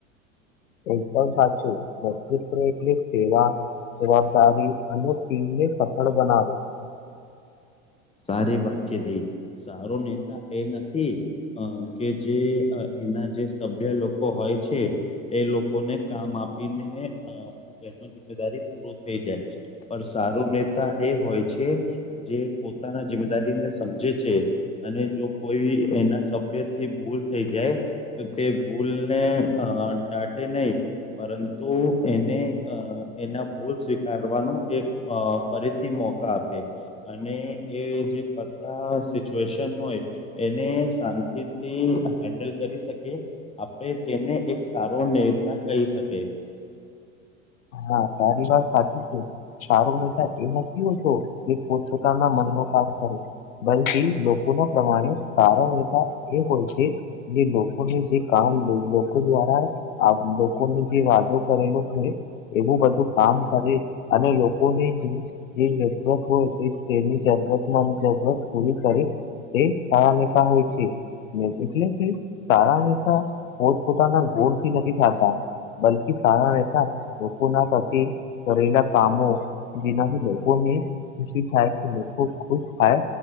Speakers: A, on the left; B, on the left.
A: એકદમ સાચું નત એટલે સેવા જવાબદારી અને ટીમને સફળ બનાવી
B: સારી વાત કધી સારો નેતા એ નથી અ કે જે એના જે સભ્ય લોકો હોય છે એ લોકોને કામ આપીને એનું જિમેદારી પૂર થઈ જાય પણ સારું મતા એ હોય જે જે પોતાના જિમેદારીને સમજે છે અને જો કોઈ એના સભ્ય થી ભૂલ થઈ જાય તો તે ભૂલને અ દાટે નહી પરંતુ એને એના ભૂલ સ્વીકારવાનો એક ફરીથી મોકા આપે અને એ જે બધા સિચ્યુએશન હોય એને શાંતિથી હેન્ડલ કરી શકી આપણે તેને એક સારો નેતા કહી શકીએ
A: હા તારી વાત સાચી છે સારો નેતા એ નથી હોતો એ પોતપોતાના મનમાં થી લોકો ના પ્રમાણે સારા વતા એ હોય છે જે લોકોને જે કામ લોકો દ્વારા લોકોને જે વાદો કરેલો હોય એવું બધું કામ કર અને લોકોની જે જત હોય તેની ચ ત જરૂત પૂરી કરે તે સારા નેતા હોય છે એટલે કે ચારા તા પોતપોતાના ગોળથી નથી થતા બલકી સારા રહેતા લોકો ના પ્ર કરેલા કામો જેનાથી લોકોને ખુશી થાય કે ખબ ખુશ થાય